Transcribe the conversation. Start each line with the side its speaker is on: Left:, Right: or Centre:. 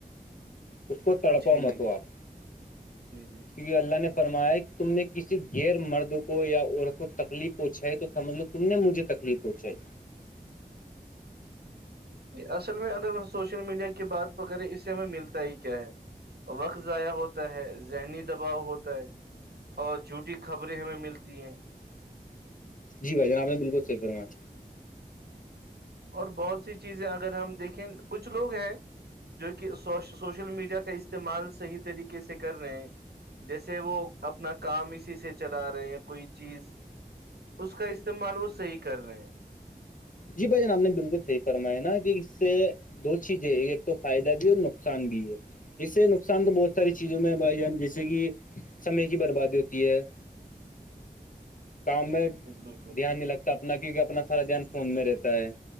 Left: اس کو تڑپا
Right: ٹھیک
Left: مت آپ
Right: جی
Left: کہ اللہ نے فرمایا تم نے کسی غیر مرد کو یا عورت کو تکلیف پوچھا ہے تو مطلب تم نے مجھے تکلیف پہنچائی
Right: اصل میں اگر ہم سوشل میڈیا کی بات پکڑیں اس سے ہمیں ملتا ہی کیا ہے وقت ضائع ہوتا ہے ذہنی دباؤ ہوتا ہے اور جھوٹی خبریں ہمیں ملتی ہیں
Left: جی بھائی جان آپ بالکلیف کرا ہے
Right: اور بہت سی چیزیں اگر ہم دیکھیں کچھ لوگ ہیں جو کہو سوشل میڈیا کا استعمال صحیح طریقے سے کر رہے ہیں جیسے وہ اپنا کام اسی سے چلا رہے ہیں یا کوئی چیز اس کا استعمال وہ صحیح کر رہے ہیں
Left: جی بھائی جان آپ نے بالکل صحیح فرما ہے نا کہ اس سے دو چیزیں ایک تو فائدہ بھی اور نقصان بھی ہے اس سے نقصان تو بہت ساری چیزوں میں بھائی ج جیسے کہ سمے کی بربادی ہوتی ہے کام میں
Right: ہیں بالکل
Left: دھیان نہیں لگتا اپنا کیونکہ اپنا سارا دھیان فون میں رہتا ہے